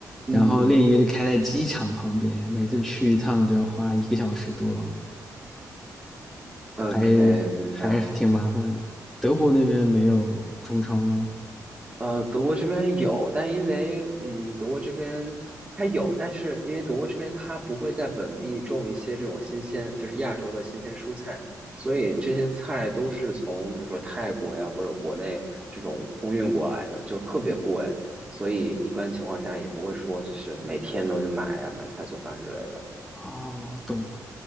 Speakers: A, on the right; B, in the centre.
A: 嗯
B: 然后另一个就开在机场旁边，每次去一趟都要花一个小时多，
A: ，OK，
B: 还是还是挺麻烦的。
A: 明白了。
B: 德国那边没有中超吗？
A: 呃，德国这边有，但因为嗯，德国这边它有，但是因为德国这边它不会在本地种一些这种新鲜，就是亚洲的新鲜蔬菜，所以这些菜都是从比如说泰国呀或者国内这种空运过来的，就特别贵，所以一般情况下也不会说就是每天都去买呀、买菜做饭之类的。
B: 哦，懂了。